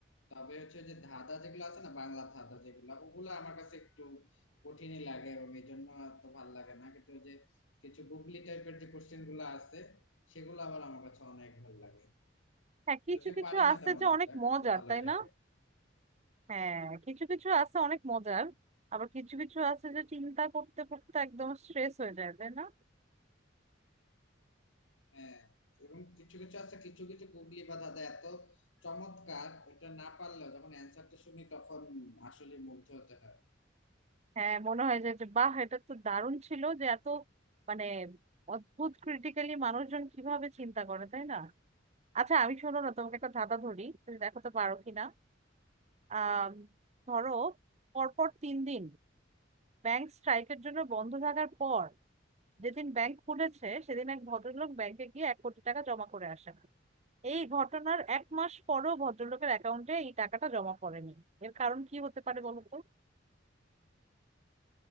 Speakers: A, on the left; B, on the right.
A: তবে হচ্ছে যে ধাঁধা যেগুলো আছে না বাংলা ধাঁধা যেগুলো ওগুলো আমার কাছে একটু কঠিনই লাগে এবং এই জন্য তো ভালো লাগে না কিন্তু ওই যে কিছু গুগলি টাইপের যে কোশ্চেন গুলো আছে সেগুলো আবার আমার কাছে অনেক ভালো লাগে
B: হ্যাঁ কিছু
A: যদিও
B: কিছু
A: পারি না
B: আছে
A: তেমন
B: যে
A: একটা
B: অনেক মজার
A: কিন্তু ভালোই
B: তাই
A: লাগে
B: না হ্যাঁ কিছু কিছু আছে অনেক মজার আবার কিছু কিছু আছে যে চিন্তা করতে করতে একদম স্ট্রেস হয়ে যায় তাই না
A: হ্যাঁ এবং কিছু কিছু আছে কিছু কিছু গুগলি বা ধাঁধা এত চমৎকার এটা না পারলেও যখন অ্যান্সারটা শুনি তখন আসলে মুগ্ধ হতে হয়
B: হ্যাঁ মনে হয় যে যে বাহ এটা তো দারুণ ছিল যে এত মানে অদ্ভুত ক্রিটিক্যালি মানুষজন কিভাবে চিন্তা করে তাই না আচ্ছা আমি শোনো না তোমাকে একটা ধাঁধা ধরি তুমি দেখাতে পারো কিনা আহ ধরো পরপর তিন দিন ব্যাংক স্ট্রাইকের জন্য বন্ধ থাকার পর যেদিন ব্যাংক খুলেছে সেদিন এক ভদ্রলোক ব্যাংকে গিয়ে এক কোটি টাকা জমা করে আসেন এই ঘটনার এক মাস পরেও ভদ্রলোকের অ্যাকাউন্টে এই টাকাটা জমা পড়েনি এর কারণ কি হতে পারে বলো তো